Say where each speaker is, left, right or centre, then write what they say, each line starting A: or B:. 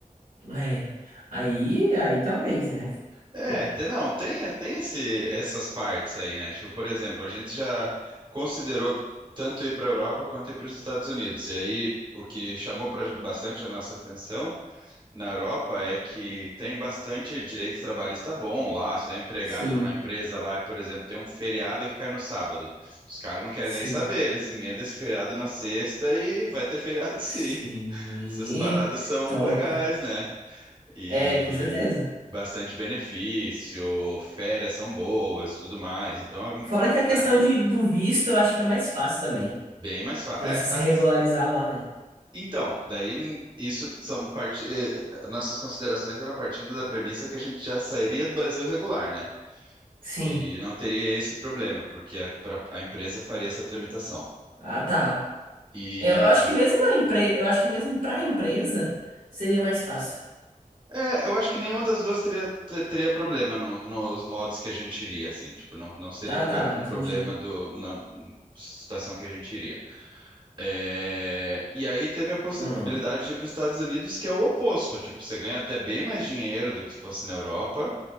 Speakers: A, on the right; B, on the right.
A: É. Aí, aí talvez, né?
B: É,
A: Pô,
B: tem- não, tem, tem esse, essas partes aí, né? Tipo, por exemplo, a gente já considerou tanto ir para a Europa quanto ir para os Estados Unidos. E aí, o que chamou pra- bastante a nossa atenção na Europa é que tem bastante direito trabalhista bom lá. Você é empregado
A: sim,
B: numa empresa lá, por exemplo, tem um feriado que cai no sábado. Os caras não querem
A: sim,
B: nem saber, eles emendam esse feriado na sexta e vai ter feriado <laughs>
A: sim.
B: sim. Essas paradas são
A: Top.
B: legais, né? e
A: É, com certeza.
B: bastante benefício, férias são boas, e tudo mais. Então,
A: Fora que a questão
B: é
A: de, do visto, eu acho que é mais fácil também.
B: bem mais fácil.
A: Pra
B: É,
A: você se
B: as-
A: regularizar lá, né?
B: então, daí não- isso são parte, eh, nossas considerações eram partindo da premissa que a gente já sairia do Brasil regular, né?
A: Sim.
B: E não teria esse problema, porque a, pra- a empresa faria essa tramitação.
A: Ah, tá.
B: E
A: Eu acho que mesmo a empre... eu acho que mesmo para a empresa seria mais fácil.
B: é, eu acho que nenhuma das duas teria, ter- teria problema no- nos modos que a gente iria, assim, tipo, não, não seria
A: Ah,
B: um,
A: tá,
B: gra- um
A: entendi.
B: problema do, na situação que a gente iria. É, E aí teve a possibilidade
A: Hum,
B: de ir para os Estados Unidos, que é o oposto. Tipo, você ganha até bem mais dinheiro do que fosse na Europa,